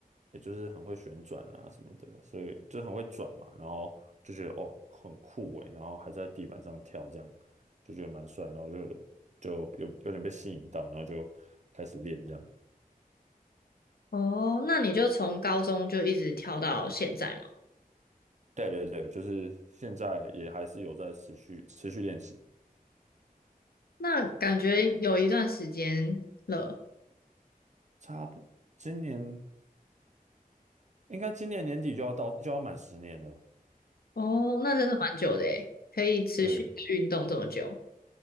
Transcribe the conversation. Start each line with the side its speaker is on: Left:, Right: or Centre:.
Right: 也就是很会旋转啊什么的，所以就很会转嘛，然后就觉得哦很酷诶，然后还在地板上跳，这样就觉得蛮帅，然后就就有有点被吸引到，然后就开始练这样。
Left: 哦，那你就从高中就一直跳到现在嘛？
Right: 对对对，就是现在也还是有在持续持续练习，
Left: 那感觉有一段时间了。
Right: 差不今年应该今年年底就要到就要满十年了，
Left: 哦，那真的蛮久的诶，可以持续运动这么久，
Right: 对。